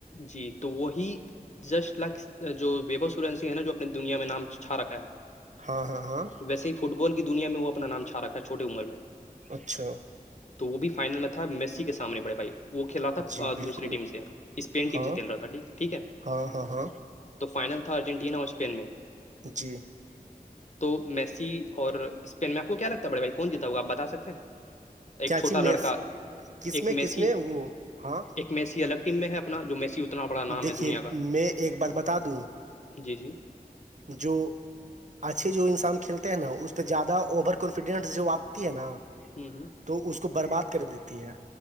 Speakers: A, on the left; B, on the right.
A: جی تو وہی جسٹ لائک جو ویبو سورینسی ہے نا جو اپنی دنیا میں نام چھا رکھا ہے
B: ہاں ہاں ہاں
A: ویسے ہی فٹ بال کی دنیا میں وہ اپناام چھاکھا ہے چوٹٹی عمر میں
B: اچھا
A: تو وہ بھی فائنل میں تھا میسی کے سامنے بڑے بھائی وہ کھیلا تھا
B: جی بالکل
A: دوسری ٹیم سے اسپین ٹیم
B: ہاں
A: سے کھیل رہا تھا ٹھیک ہے
B: ہاں ہاں ہاں
A: تو فائنل تھا ارجنٹینا اور اسپین میں
B: جی
A: <inaudible> تو میسی اور اسپین مپ کو کیا لگتا ہے بڑے بھائی کون جیتا ہواپ بتا سکتے ہیں ایک
B: کیاچی
A: چھوٹا
B: میں
A: لڑکا
B: کس
A: ایک
B: میں
A: میسی
B: کس میں وہ ہاں
A: ایک میسی الگ ٹیم میں ہے اپنا جو میسی اتنا بڑا نام
B: دیکھیے
A: ہے دنیا کا
B: میں ایک بات بتا دوں
A: جی جی
B: جو اچھے جو انسان کھیلتے ہیں نا اس پہ زیادہ اوور کانفیڈنس جو آپتی ہے نا
A: ہمم ہمم
B: تو اس کو برباد کر دیتی ہے